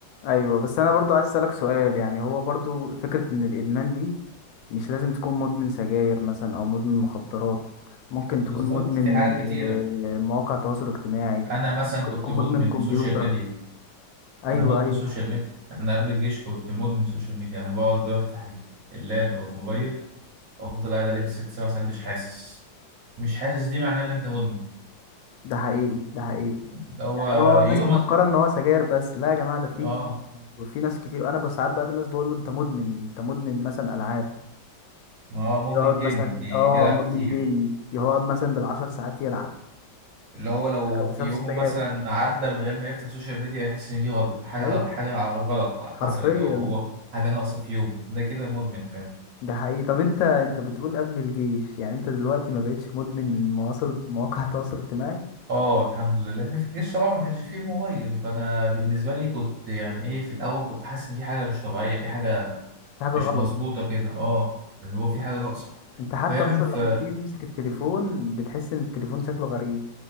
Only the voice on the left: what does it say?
ايوه بس انا برضو عايز اسالك سؤال يعني هو برضو فكره ان الادمان دي مش لازم تكون مدمن سجاير مثلا او مدمن مخدرات ممكن
تكون مدمن
آه، مواقع تواصل اجتماعي
ممكن
تكون
مدمن كمبيوتر
ايوه
ايوه
ده حقيقي ده حقيقي
يعني هو الناس
مفكره ان هو سجاير بس لا يا جماعه ده في
في ناس كتير انا بساعات بقابل ناس بقول له انت مدمن انت مدمن مثلا العاب
يقعد
مثلا
اه
مدمن
جيمنج يقعد مثلا بالعشر ساعات يلعب
لكن ما بيشربش
السجاير
ايوه
حرفيا
ده حقيقي طب انت انت بتقول قبل الجيش يعني انت دلوقتي ما بقتش مدمن مواصل مواقع <laughs> التواصل الاجتماعي
دي حاجة
غلط
انت حتى
اصلا
لما بتيجي تمسك التليفون بتحس ان التليفون شكله غريب